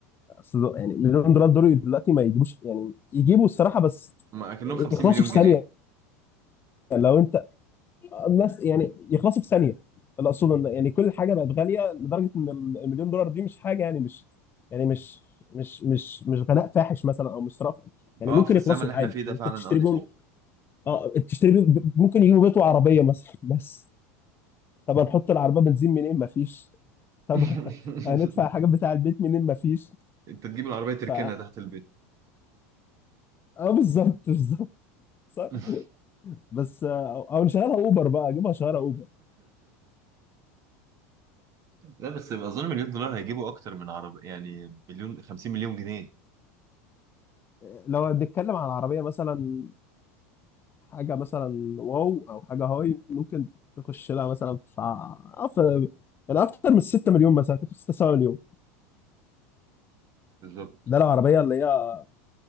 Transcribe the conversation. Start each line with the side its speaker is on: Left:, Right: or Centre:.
Left: اصل يعني مليون دولار دول دلوقتي ما يجيبوش يعني يجيبوا الصراحه بس
Right: ما اكنهم
Left: يخلصوا
Right: 50 مليون
Left: في
Right: بص
Left: ثانيه
Right: جنيه
Left: لو انت الناس يعني يخلصوا في ثانيه اللي اقصده ان يعني كل حاجه بقت غاليه لدرجه ان المليون دولار دي مش حاجه يعني مش يعني مش مش مش مش غلاء فاحش مثلا او مش صرف يعني
Right: اه
Left: ممكن
Right: في الزمن
Left: يخلصوا
Right: اللي احنا
Left: عادي
Right: فيه ده
Left: ممكن
Right: فعلا
Left: تشتري
Right: اه دي
Left: بهم
Right: حقيقة
Left: اه تشتري بيهم ممكن يجيبوا بيت وعربيه مثلا بس طب هنحط العربيه بنزين منين ما فيش طب
Right: <laughs>
Left: <laughs> هندفع حاجات بتاع البيت منين مفيش
Right: انت تجيب العربية تركنها
Left: ف
Right: تحت البيت
Left: اه بالظبط بالظبط صح
Right: <laughs>
Left: بس آه، او نشغلها اوبر بقى اجيبها شغاله اوبر
Right: لا بس اظن مليون دولار هيجيبوا اكتر من عربية يعني مليون 50 مليون جنيه
Left: لو هنتكلم عن عربيه مثلا حاجه مثلا واو او حاجه هاي ممكن تخش لها مثلا في ع- في يعني اكتر من 6 مليون مثلا كنت 6 7 مليون
Right: بالظبط
Left: ده لو عربيه اللي هي